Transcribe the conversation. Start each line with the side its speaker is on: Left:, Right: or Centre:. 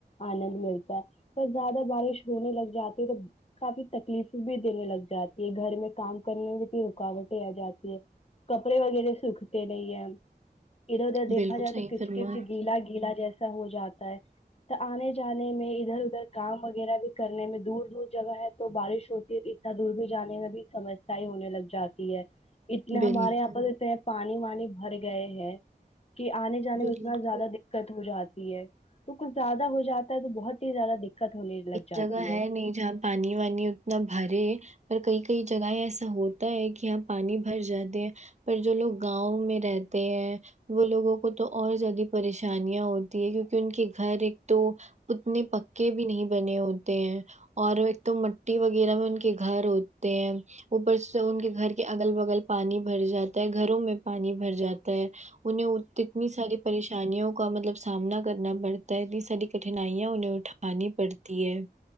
Left: آنند ملتا ہے پر زیادہ بارش ہونے لگ جاتی تو کافی تکلیف بھی دینے لگ جاتی ہے گھر میں کام کرنے میں بھی رکاوٹ ہی آ جاتی ہے کپڑے وغیرہ سکھتے نہیں ہے ادھر ادھر دیکھا
Right: بالکل
Left: جائے
Right: صحیح
Left: تو کچ
Right: فرما
Left: کچ گیلا گیلا جیسا ہو جاتا ہے تو آنے جانے میں ادھر ادھر کام وغیرہ بھی کرنے میں دور دور جگہ ہے تو بارش ہوتی ہے دور بھی جانے میں بھی سمسیا ہونے لگ جاتی ہے اتنے
Right: بالکل
Left: ہمارے یہاں پر اتنے پانی وانی بھر گئے ہیں کہ آنے سے جانے
Right: بالکل
Left: میں اتنا زیادہ دقت ہو جاتی ہے تو کچھ زیادہ ہو جاتا ہے تو بہت ہی زیادہ دق ت ہونے لگ جاتی
Right: جگہ
Left: ہے
Right: نہیں جہاں پانی وانی اتنا بھرے پر کئی کئی جگہیں ایسا ہوتا ہے کہ یہاں پانی بھر جاتے ہیں پر جو لوگ گاؤں میں رہتے ہیں وہ لوگوں کو تو اور زیادہ پریشانیاں ہوتی ہے کیونکہ ان کے گھر ایک تو اتنے پکے بھی نہیں بنے ہوتے ہیں اور ایک تو مٹی وغیرہ میں ان کے گھر ہوتے ہیں اوپر سے ان کے گھر کے اگل بگل پانی بھر جاتا ہے گھروں میں پانی بھر جاتا ہے انہیں اتنی ساری پریش انیوں کا مطلب سامنا کرنا پڑتا ہے اتنی ساری کٹھنائیاں انہیں اٹھانی پڑتی ہے